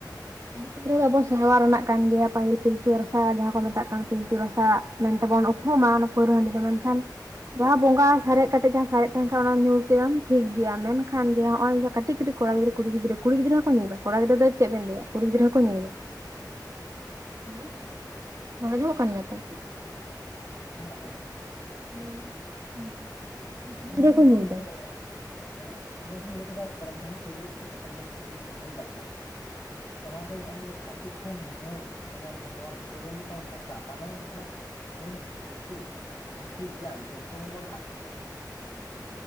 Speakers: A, on the right; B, on the left.
A: ᱦᱟᱺᱰᱤ ᱯᱟᱹᱣᱨᱟᱹ ᱟᱵᱚ ᱥᱮᱨᱣᱟ ᱨᱮᱱᱟᱜ ᱠᱟᱱ ᱜᱮᱭᱟ ᱯᱟᱹᱦᱤᱞ ᱯᱤᱞᱪᱩ ᱨᱟᱥᱟ ᱡᱟᱦᱟᱸ ᱠᱚ ᱢᱮᱛᱟᱜ ᱠᱟᱱ ᱯᱤᱞᱪᱩ ᱨᱟᱥᱟ ᱢᱮᱱᱛᱮ ᱵᱚᱱ ᱩᱯᱨᱩᱢᱟ ᱚᱱᱟ ᱯᱟᱹᱣᱨᱟᱹ ᱦᱟᱺᱰᱤ ᱫᱚ ᱢᱮᱱᱠᱷᱟᱱ ᱡᱟᱦᱟᱸ ᱵᱚᱸᱜᱟ ᱥᱟᱨᱮᱡ ᱠᱟᱛᱮᱜ ᱡᱟᱦᱟᱸ ᱥᱟᱨᱮᱡ ᱛᱟᱦᱮᱸᱱ ᱠᱷᱟᱱ ᱚᱱᱟ ᱧᱩ ᱠᱮᱫᱟᱢ ᱴᱷᱤᱠ ᱜᱮᱭᱟ, ᱢᱮᱱᱠᱷᱟᱱ ᱡᱮ ᱦᱚᱸᱜ-ᱚᱭ ᱠᱟᱹᱴᱤᱡ ᱠᱟᱹᱴᱤᱡ ᱠᱚᱲᱟ ᱜᱤᱫᱽᱨᱟᱹ ᱠᱩᱲᱤ ᱜᱤᱫᱽᱨᱟᱹ, ᱠᱩᱲᱤ ᱜᱤᱫᱽᱨᱟᱹ ᱦᱚᱸ ᱠᱚ ᱧᱩᱭᱮᱫᱟ ᱠᱚᱲᱟ ᱜᱤᱫᱟᱹᱨ ᱫᱚ ᱪᱮᱫ ᱵᱮᱱ ᱞᱟᱹᱭᱟ᱾ ᱠᱩᱲᱤ ᱜᱤᱫᱽᱨᱟᱹ ᱦᱚᱸ ᱠᱚ ᱧᱮᱞᱟᱭᱮᱫᱟ, ᱦᱮᱞᱳᱣ, ᱨᱚᱲ ᱟᱸᱡᱚᱢᱚᱜ ᱠᱟᱱ ᱜᱮᱭᱟ ᱛᱚ?
B: ᱦᱮᱸ ᱟᱸᱡᱚᱢᱚᱜ ᱠᱟᱱᱟ᱾
A: ᱦᱮᱞᱳᱣᱦᱳᱭᱛᱚ ᱠᱩᱲᱤ
B: ᱚᱱᱮ
A: ᱜᱤᱫᱽᱨᱟᱹ
B: ᱡᱮᱠᱚ
A: ᱦᱚᱸᱠᱚ ᱧᱩᱭᱫᱟ᱾
B: ᱧᱩ ᱦᱮᱸ, ᱚᱱᱟ ᱡᱮᱢᱚᱱ ᱞᱟᱹᱭ ᱠᱮᱫᱟ ᱠᱚᱲᱟ ᱜᱤᱫᱽᱨᱟᱹ ᱦᱚᱸ ᱠᱩᱲᱤ ᱜᱤᱫᱽᱨᱟᱹ ᱠᱚ ᱠᱚᱢ ᱵᱚᱭᱚᱥ ᱠᱩᱲᱤ ᱜᱤᱫᱽᱨᱟᱹ ᱠᱚ ᱧᱩᱭ ᱫᱟᱠᱚ, ᱚᱱᱟ ᱫᱚ ᱚᱱᱮ ᱡᱮ ᱠᱟᱹᱴᱤᱡ ᱠᱷᱚᱱ ᱧᱩ, ᱚᱱᱮ ᱡᱮ ᱱᱚᱣᱟ ᱫᱚ ᱯᱟᱹᱣᱨᱟᱹ ᱨᱮᱱᱟᱜ ᱱᱮᱥᱟ, ᱢᱟᱱᱮ ᱦᱩᱭᱩᱜ ᱠᱟᱱᱟ, ᱦᱩᱥ, ᱫᱤᱥᱟᱹ, ᱵᱩᱫᱽᱫᱷᱤ, ᱜᱮᱭᱟᱱ ᱡᱷᱚᱛᱚ ᱵᱚᱱ ᱟᱫ ᱪᱟᱵᱟᱭᱟ ᱚᱱᱟ ᱫᱚ᱾